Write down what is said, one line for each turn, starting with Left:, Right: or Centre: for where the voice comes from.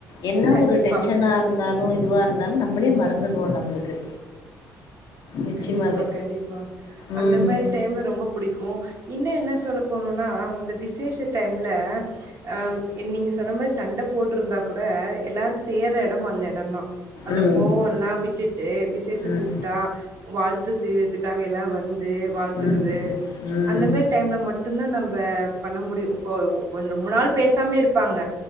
Left: என்ன
Right: கண்டிப்பா
Left: ஒரு டென்ஷனா இருந்தாலு இதுவா இருந்தாலு நம்மளே மறந்துருவோ நம்மளுக்கு நிச்சயமாவே.
Right: கண்டிப்பா கண்டிப்பா
Left: ம்.
Right: அந்த மாரி டைம் ரொம்ப பிடிக்கு இன்னு என்ன சொல்ல போணுன்னா அந்த விசேஷ டைம்ல அ நீங்க சொன்ன மாரி சண்ட போட்டுருந்தா கூட எல்லாரு சேர்ற எடோ அந்த எடோதா அந்த
Left: ம்.
Right: கோவோலா விட்டுட்டு விசேஷ
Left: ம்.
Right: கூப்ட்டா வாழ்த்து செய்வதுக்காக எல்லா வந்து வாழ்த்துறது
Left: ம். ம். ம்.
Right: அந்த மாரி டைம்ல மட்டுதா நம்ம பண்ண முடியு கொஞ்சோ ரொம்ப நாள் பேசாமே இருப்பாங்க